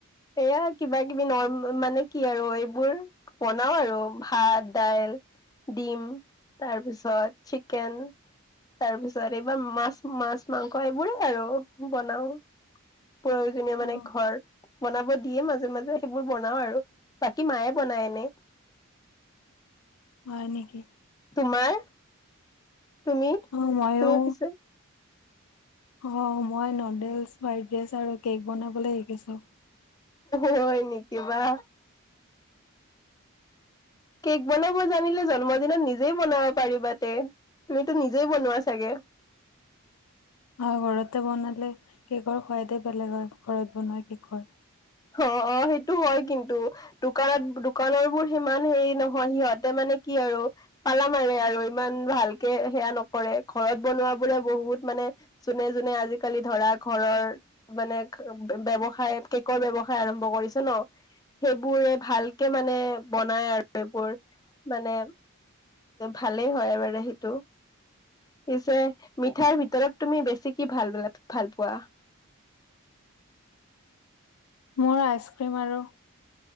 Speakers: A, on the left (about 15°); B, on the left (about 80°).
A: এয়া কিবা কিবি ন মানে কি আৰু এই। এইবোৰ বনাও আৰু ভাত দাইল। ডিম তাৰপিছত চিকেন। তাৰ পিছত এইবাৰ মাছ মাছ মাংস এইবোৰে আৰু। বনাও প্ৰয়োজনীয় মানে
B: অ',
A: ঘৰ বনাব দিয়ে মাজে মাজে। সেইবোৰ বনাও আৰু বাকী মায়ে বনাই এনে।
B: হয় নেকি।
A: তোমাৰ তুমি
B: অ মইয়ো
A: তুমি পিছে।
B: অ মই নুডলছ ফ্ৰাইড ৰাইচ আৰু কেক বনাবলৈ শিকিছো।
A: হয় নেকিবা। কেক বনাব জানিলে জন্মদিনত নিজেই বনাব পাৰিবা তে। তুমিতো নিজেই বনোৱা চাগে?
B: অ ঘৰতে বনালে কেকৰ সোৱাদেই বেলেগ হয় ঘৰত বনোৱা কেকৰ
A: অ অ সেইটো হয় কিন্তু। দোকানত দোকানৰ বোৰ সিমান হেৰি নহয় সিহঁতে মানে কি আৰু পালা মাৰে আৰু ইমান ভাল- কে সেয়া নকৰে ঘৰত বনোৱা বোৰে বহুত মানে যোনে যোনে আজিকালি ধৰা ঘৰৰ মানে ব্যৱসায় কেকৰ ব্যৱসায় আৰম্ভ কৰিছ ন, সেইবোৰে ভালকে মানে বনাই আৰু এইবোৰ মানে ভালেই হয়বাৰে সেইটো পিছে মিঠাইৰ ভিতৰত তুমি বেছি কি ভাল ভাল পোৱা?
B: মোৰ আইচ ক্ৰ্ৰীম আৰু